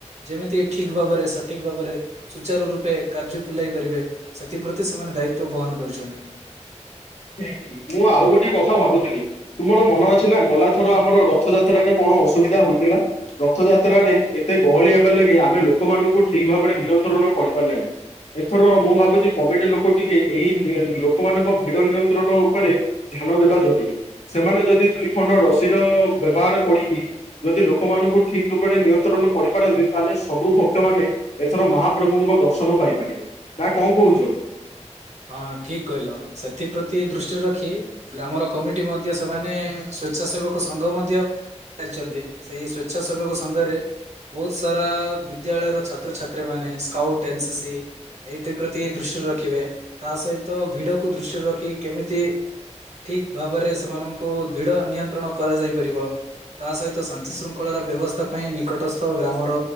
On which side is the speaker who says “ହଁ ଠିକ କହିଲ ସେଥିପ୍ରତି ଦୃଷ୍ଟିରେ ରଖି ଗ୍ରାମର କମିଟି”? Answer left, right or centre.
Right